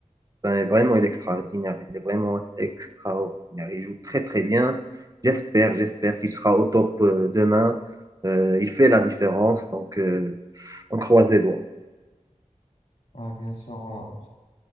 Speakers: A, on the right; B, on the left.
A: ben, vraiment, il est extraordinaire. Il est vraiment extraordinaire. Il joue très, très bien. J'espère, j'espère qu'il sera au top euh, demain. Euh, il fait la différence. Donc, euh, on croise les doigts.
B: Ouais, bien sûr,